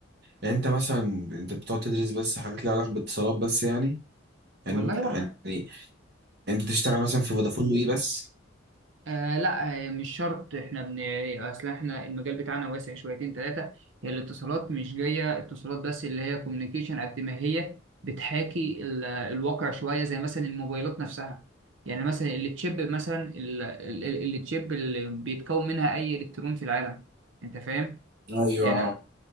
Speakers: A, on the right; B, on the right.
A: يعني انت مثلا انت بتقعد تدرس بس حاجات ليها علاقه باتصالات بس يعني يعني
B: والله وهم.
A: يعني انت تشتغل مثلا في فودافون وي بس
B: آه لا آه، مش شرط احنا بن اصل احنا المجال بتاعنا واسع شويتين ثلاثه هي الاتصالات مش جايه اتصالات بس اللي هي كوميونيكيشن قد ما هي بتحاكي ال... الواقع شويه زي مثلا الموبايلات نفسها يعني مثلا التشيب مثلا ال... ال... ال- التشيب اللي بيتكون منها اي الكترون في العالم انت فاهم
A: ايوه
B: يعني